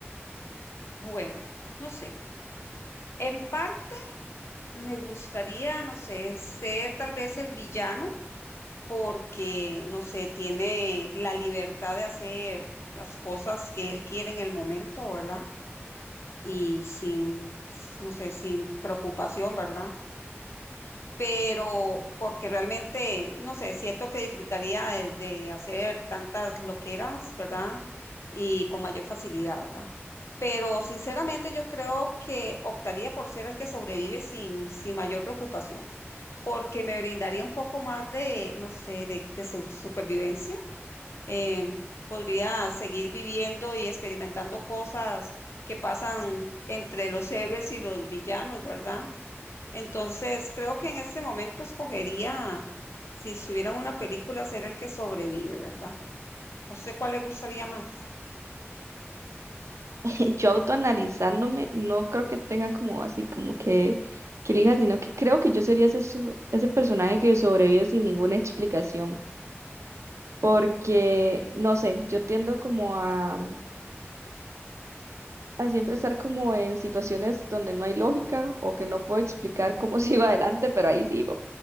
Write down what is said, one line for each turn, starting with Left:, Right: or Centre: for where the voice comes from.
Left: Bueno, no sé. En parte me gustaría, no sé, ser tal vez el villano porque, no sé, tiene la libertad de hacer las cosas que él quiere en el momento, ¿verdad? Y sin, no sé, sin preocupación, ¿verdad? pero porque realmente, no sé, siento que disfrutaría de, de hacer tantas loqueras, ¿verdad? Y con mayor facilidad, ¿verdad? Pero sinceramente yo creo que optaría por ser el que sobrevive sin, sin mayor preocupación, porque me brindaría un poco más de, no sé, de, de su- supervivencia. Em, podría seguir viviendo y experimentando cosas que pasan entre los héroes y los villanos, ¿verdad? Entonces, creo que en ese momento escogería, si estuvieran una película, ser el que sobrevive, ¿verdad? ¿A usted cuál le gustaría más?
Right: <laughs> Yo autoanalizándome, no creo que tenga como así como que, que elija, sino que creo que yo sería ese, so- ese personaje que sobrevive sin ninguna explicación. Porque, no sé, yo tiendo como a a siempre estar como en situaciones donde no hay lógica o que no puedo explicar cómo <laughs> sigo adelante, pero ahí sigo.